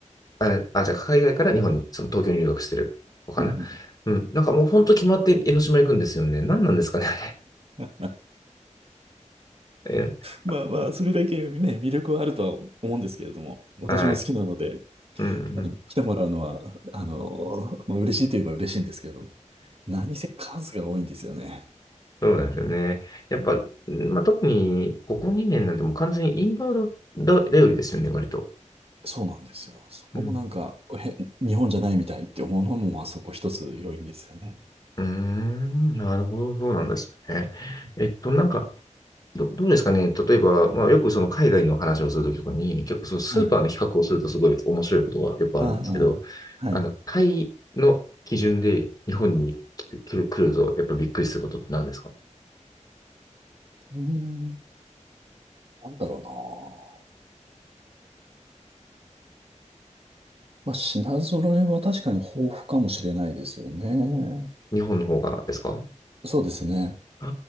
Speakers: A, on the left (about 30°); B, on the right (about 50°).
A: あ、あ、じゃあ、海外から日本に、その東京に留学してる子かな。
B: うんうん。
A: うん。なんかもう本当決まって江ノ島行くんですよね。何なんですかね、あれ。
B: あ
A: え
B: まあまあ、それだけね、魅力はあるとは思うんですけれども、私も好きなので、
A: はい。うん、うん。
B: うん来てもらうのは、あのまあ、嬉しいといえば嬉しいんですけど、何せ数が多いんですよね。
A: そうなんですよね。やっぱ、うんまあ、特にここ2年なんてもう完全にインバウンド頼りですよね、割と。
B: そうなんですよ。そこもなんか、
A: うん。
B: へ日本じゃないみたいって思うのも、まあそこ一つ要因ですよね。
A: うーん、なるほど、そうなんですね。えっと、なんか、ど、どうですかね。例えば、まあ、よくその海外の話をするときとかに、結構そのスーパーの比較をするとすごい面白いことがよくあるんですけど、
B: はい。ああ、はい。
A: あの、
B: う
A: タイの基準で日本に来て、来る、来ると、やっぱびっくりすることって何ですか
B: ーん、なんだろうな。まあ、品揃えは確かに豊富かもしれないですよね。
A: 日本の方がですか
B: そうですね。
A: あ